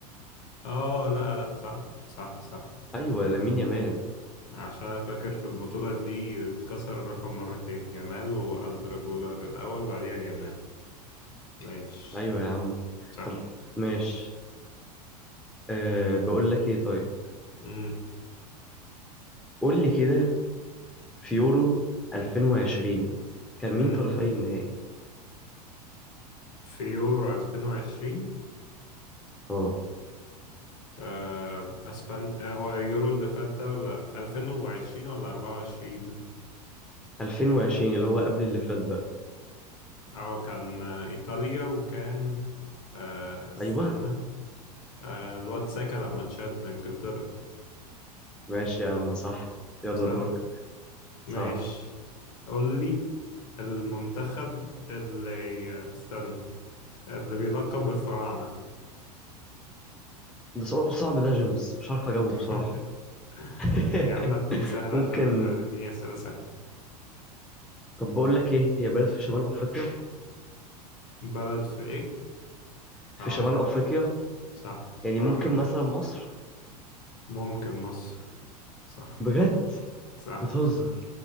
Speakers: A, on the left; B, in the centre.
A: اه لا لا صح صح صح
B: ايوه لامين يامال
A: عشان أنا فاكر في البطولة دي اتكسر الرقم مرتين يامال والدر جولر الأول بعديها يامال ماشي
B: ايوه يا عم
A: صح
B: طب ماشي أه بقول لك ايه طيب
A: مم.
B: قول لي كده في يورو 2020 كان
A: مم.
B: مين طرفي النهائي
A: في يورو 2020
B: اه
A: آه أسبانيا آه هو اليورو اللي فات ده ولا 2020 ولا 24
B: 2020 اللي هو قبل اللي فات ده
A: أو كان آه، إيطاليا وكان آه استنى
B: ايوه
A: آه الواد ساكا لما تشد إنجلترا
B: ماشي يا عم صح يلا
A: صح
B: دورك
A: ماشي
B: صح
A: قول لي المنتخب اللي استنى اللي بيلقب بالفراعنة
B: ده سؤال صعب ده يا جيمس مش عارف اجاوبه
A: <laughs>
B: بصراحة <laughs>
A: يا عم اديك سهل عشان
B: ممكن
A: انت هتديني اسئلة سهلة
B: طب بقول لك ايه هي بلد في شمال افريقيا
A: بلد في ايه؟
B: في
A: اه
B: شمال
A: صح
B: افريقيا
A: صح
B: يعني
A: قربت
B: ممكن مثلا مصر
A: ممكن مصر صح
B: بجد
A: صح
B: بتهزر